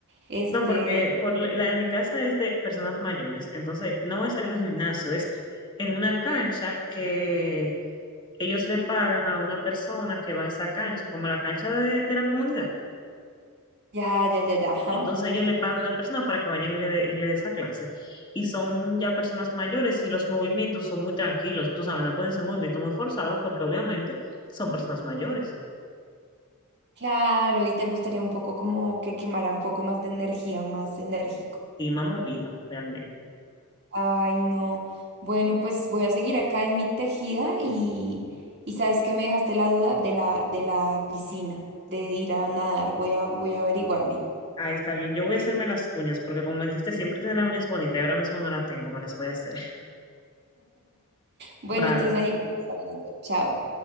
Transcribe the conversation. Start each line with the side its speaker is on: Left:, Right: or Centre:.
Right: este,
Left: No, porque por la la de mi casa es de personas mayores, entonces no es en un gimnasio, es en una cancha que ellos le pagan a una persona que va a esa cancha, como la cancha de, de la comunidad.
Right: ya, ya, ya, ya, ajá.
Left: Entonces ellos le pagan a una persona para que vayan y le dé y le dé esa clase. Y son ya personas mayores y los movimientos son muy tranquilos, tú sabes, no pueden ser movimientos muy forzados porque obviamente son personas mayores.
Right: Claro, y te gustaría un poco como que quemara un poco más de energía, más enérgico.
Left: Y me ha movido realmente.
Right: Ay, no. Bueno, pues voy a seguir acá en mi tejida y, y sabes que me dejaste la duda de la, de la piscina, de ir a nadar. Voy a, voy a averiguarme.
Left: Ah, está bien. Yo voy a hacerme las uñas porque como me dijiste, siempre tener las uñas bonitas y ahora mismo no las tengo, me las voy a hacer.
Right: Bueno,
Left: Bye.
Right: entonces ahí vamos hablando. Chao.